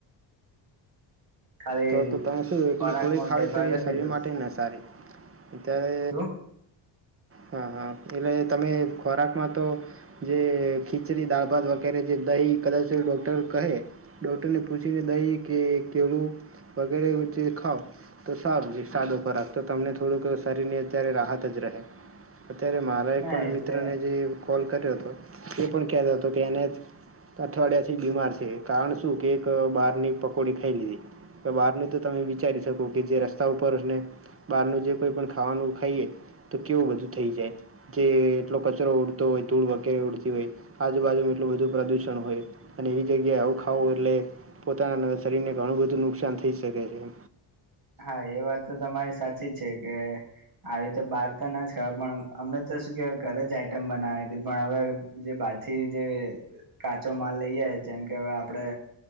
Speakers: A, on the right; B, on the right.
A: ખાલી
B: તો-તો તમે શું એકલી
A: ખોરાકમાં
B: ગોળી ખાવી
A: ફેરફાર
B: તો
A: કરી
B: એ શરીર
A: દીધો
B: માટે ના સારી. અત્યારે
A: શું
B: હા હા એટલે તમે ખોરાકમાં તો જે ખીચડી દળ ભાત વગેરે જે દહી કદાચ ડૉક્ટર કહે ડોક્ટરને પૂછીને દહી કે કેળું વગેરે જે ખાાવ તો સાબજી સાદો ખોરાક તો તમને થોડું શરીરની અત્યારે રાહત જ રહે અત્યારે મારા <unintelligible> મિત્રને
A: ના એટલે
B: જે કોલ કર્યો હતો, એ પણ કેતો તો કે એને અઠવાડિયાથી બીમાર છે, કારણ શું? કે એક બહારની પકોડી ખાઈ લીધી. તો બહાર ની તો તમે વિચારી શકો કે જે રસ્તા ઉપરને બહારનું જે કોઈ પણ ખાવાનું ખાઈએ તો કેવું બધું થઈ જાય. જે એટલો કચરો ઉડતો હોય, ધૂળ વગેરે ઉડતી હોય, આજુબાજુમાં એટલું બધું પ્રદૂષણ હોય અને એવી જગ્યાએ આવું ખાવું એટલે પોતાના શરીરને ઘણું બધું નુકસાન થઈ શકે છે.
A: હા એ વાત તો તમારી સાચી છે કે આવી રીતે બહાર તો ન જ ખવાય, પણ અમે તો શું કહેવાય ઘરે જ આઈટમ બનાવી તી પણ હવે જે બહારથી જે કાચો માલ લઈ આવે જેમ કે હવે આપડે